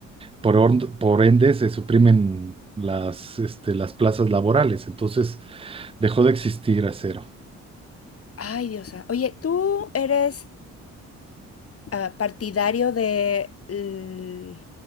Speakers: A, on the right; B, on the left.
A: por, or- por ende se suprimen las, este, las plazas laborales, entonces dejó de existir Acero.
B: Ay, Dios. santo. Oye, ¿tú eres ah, partidario de l-